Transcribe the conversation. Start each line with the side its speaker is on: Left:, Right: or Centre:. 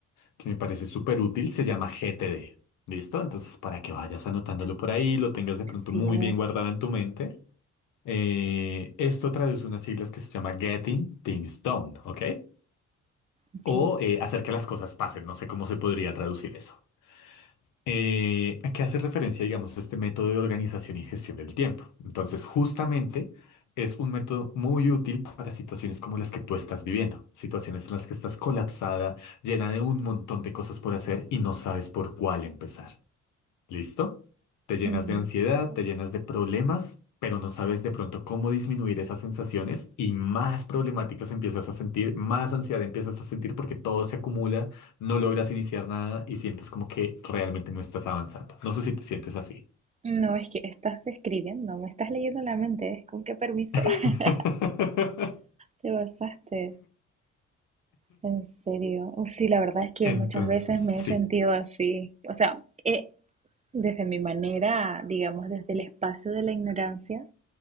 Left: que me parece súper útil, se llama GTD. ¿Listo? Entonces, para que vayas anotándolo por ahí, lo tengas de pronto
Right: Sí,
Left: muy
Right: güey,
Left: bien guardado en tu mente. eh, esto traduce unas siglas que se llama Getting Things Done, ¿ok?
Right: ok,
Left: O eh, hacer que las cosas pasen. No sé cómo se podría traducir eso. Eh, ¿a qué hace referencia, digamos, este método de organización y gestión del tiempo? Entonces, justamente es un método muy útil para situaciones como las que tú estás viviendo, situaciones en las que estás colapsada, llena de un montón de cosas por hacer y no sabes por cuál empezar. ¿Listo? Te llenas
Right: listo.
Left: de ansiedad, te llenas de problemas, pero no sabes de pronto cómo disminuir esas sensaciones y más problemáticas empiezas a sentir, más ansiedad empiezas a sentir porque todo se acumula, no logras iniciar nada y sientes como que realmente no estás avanzando. No sé si te sientes así.
Right: No, es que estás describiendo, me estás leyendo la mente, ¿eh? ¿Con qué permiso <laughs>
Left: <laughs>
Right: te basaste? En serio, Uy, sí, la verdad es que
Left: Entonces,
Right: muchas veces me
Left: sí,
Right: he sentido así, o sea, eh, desde mi manera, digamos, desde el espacio de la ignorancia